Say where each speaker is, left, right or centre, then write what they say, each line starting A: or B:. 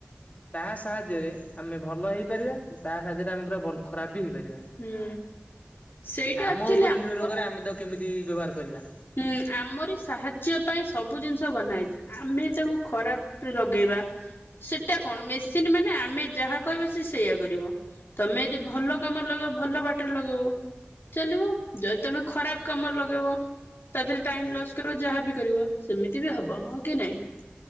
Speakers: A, on the left (about 40°); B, on the left (about 70°).
A: ତା ସାହାଯ୍ୟରେ ଆମେ ଭଲ ହେଇପାରିବା, ତା ସାହାଯ୍ୟରେ ଆମେ ପୁରା ଭଲ ଖରାପ୍ ବି ହେଇପାରିବା।
B: ହୁଁ ସେଇଟା
A: ଆମ
B: ଆକ୍ଚୁଆଲି
A: ଉପରେ
B: ଆମର
A: ନିର୍ଭର କରେ, ଆମେ ତାକୁ କେମିତି ବ୍ୟବହାର କରିବା।
B: ହୁଁ, ଆମରି ସାହାଯ୍ୟ ପାଇଁ ସବୁ ଜିନିଷ ବନାହେଇଚି। ଆମେ ତାକୁ ଖରାପ୍ ରେ ଲଗେଇବା। ସେଟା କଣ, ମେସିନ ମାନେ ଆମେ ଯାହା କହିବା ସିଏ ସେଇଆ କରିବ। ତମେ ଯଦି ଭଲ କାମରେ ଲଗେଇବ ଭଲ ବାଟରେ ଲଗେଇବ। ଚାଲିବ ଯଦି ତମେ ଖରାପ କାମରେ ଲଗେଇବ ତା ଦେହରେ ଟାଇମ
A: ଆଜ୍ଞା
B: ଲସ୍ କର ଯାହା ବି କରିବ, ସେମିତି ବି ହବ ହଁ କି ନାଇଁ?